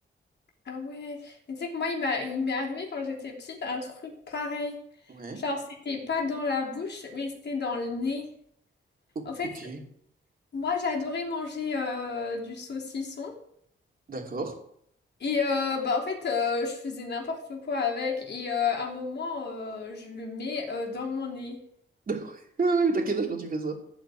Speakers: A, on the left (about 55°); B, on the right (about 45°).
A: Ah ouais, mais tu sais que moi, il m'a, il m'est arrivé quand j'étais petite un truc pareil.
B: Ouais.
A: Genre, c'était pas dans la bouche, mais c'était dans le nez.
B: O-
A: En fait,
B: ok,
A: moi, j'adorais manger euh, du saucisson.
B: d'accord.
A: Et euh, bah, en fait, euh, je faisais n'importe quoi avec. Et euh, à un moment, euh, je le mets euh, dans mon nez.
B: <laughs> Ouais, ouais, T'as quel âge quand tu fais ça?